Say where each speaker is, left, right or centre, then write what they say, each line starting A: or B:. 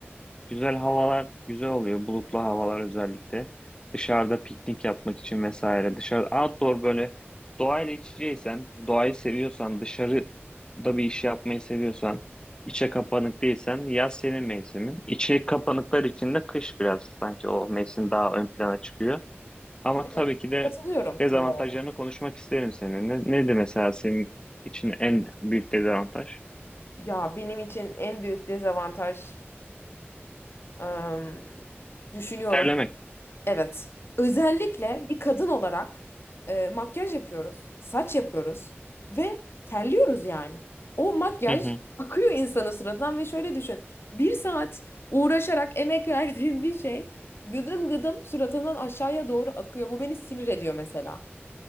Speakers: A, on the left; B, on the left.
A: güzel havalar güzel oluyor. Bulutlu havalar özellikle. Dışarıda piknik yapmak için vesaire. Dışarı outdoor böyle doğayla iç içeysen, doğayı seviyorsan, dışarıda bir iş yapmayı seviyorsan, içe kapanık değilsen yaz senin mevsimin. İçe kapanıklar için de kış biraz sanki o mevsim daha ön plana çıkıyor. Ama
B: Evet,
A: tabii ki de
B: katılıyorum
A: dezavantajlarını
B: bu arada.
A: konuşmak isterim seninle. Neydi mesela senin için en büyük dezavantaj?
B: Ya benim için en büyük dezavantaj ım, düşünüyorum.
A: Terlemek.
B: Evet. Özellikle bir kadın olarak e, makyaj yapıyoruz, saç yapıyoruz ve terliyoruz yani. O makyaj
A: Hı hı.
B: akıyor insanın suratından ve şöyle düşün. Bir saat uğraşarak emek verdiğim bir şey gıdım gıdım suratından aşağıya doğru akıyor. Bu beni sinir ediyor mesela.